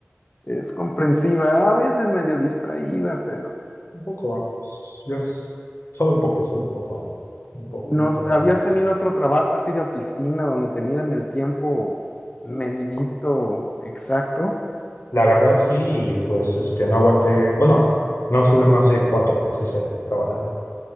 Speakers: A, on the left; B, on the left.
A: es comprensiva, a veces medio distraída, pero
B: Un poco, yo es- solo un poco, solo un poco, un poquito
A: nos,
B: nada
A: habías
B: más.
A: tenido otro trabajo así de oficina donde te miden el tiempo medidito, exacto.
B: La verdad sí, y pues este, no aguanté, bueno, no sube más de cuatro meses ahí trabajando.